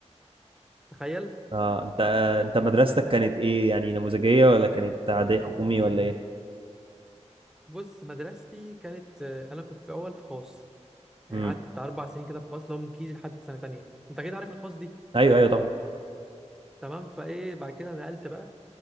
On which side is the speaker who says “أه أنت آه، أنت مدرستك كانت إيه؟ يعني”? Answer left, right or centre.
Right